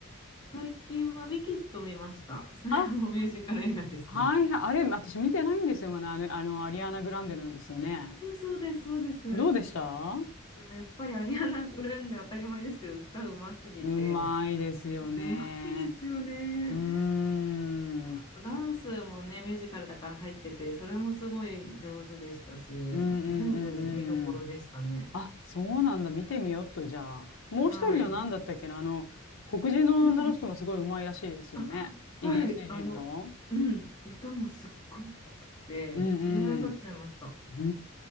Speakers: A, on the left (about 20°); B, on the left (about 75°).
A: 最近はウィキッド見ました。それもミュージカル映画ですね。
B: あ、はいはい、あれ、私見てないんですよ、まだ、あの、あの、アリアナ・グランデのですよね。
A: そうそうです、そうです。
B: どうでした
A: でもやっぱりアリアナ・グランデ当たり前ですけど、歌うますぎて、
B: うまいですよね。
A: うまいですよね。
B: うーん。
A: あとダンスもね、
B: うん
A: ミュージカルだから入ってて、それもすごい上手でしたし、
B: うんう
A: 全部見どころでしたね。
B: んうん。あ、そうなんだ。見てみよっと、じゃあ。もう一人の何だったっけな、
A: はい。
B: あの、黒人の女の人がすごいうまいらしいですよね。
A: うん。あ、
B: イギリス人の。
A: はい。あの、うん。歌もすっごい良くて、
B: うん
A: 鳥肌立っちゃいました。
B: うん。う